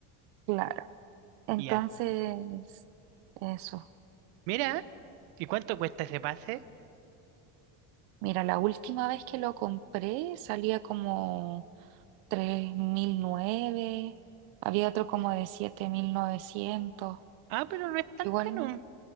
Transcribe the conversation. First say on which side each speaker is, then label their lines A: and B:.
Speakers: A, on the right (about 65°); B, on the right (about 80°).
A: Claro. Entonces,
B: Ya.
A: eso.
B: Mira, ¿y cuánto cuesta ese pase?
A: Mira, la última vez que lo compré salía como 3.009. había otro como de 7.900.
B: Ah, pero no es tan
A: Igual,
B: caro.